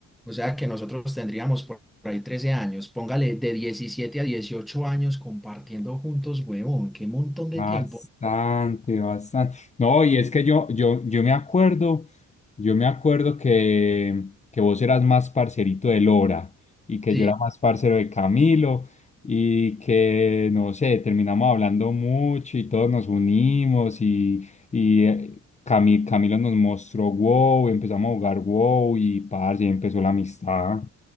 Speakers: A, in the centre; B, on the left (about 25°).
A: O sea que nosotros tendríamos por ahí 13 años, póngale de 17 a 18 años compartiendo juntos, huevón, qué montón de
B: Bastante,
A: tiempo.
B: bastante. No, y es que yo, yo, yo me acuerdo. Yo me acuerdo que, que vos eras más parcerito de Lora y que
A: Sí,
B: yo era más parcero de Camilo y que, no sé, terminamos hablando mucho y todos nos unimos y, y eh, Cami- Camilo nos mostró WoW, empezamos a jugar WoW y parce, ahí empezó la amistad.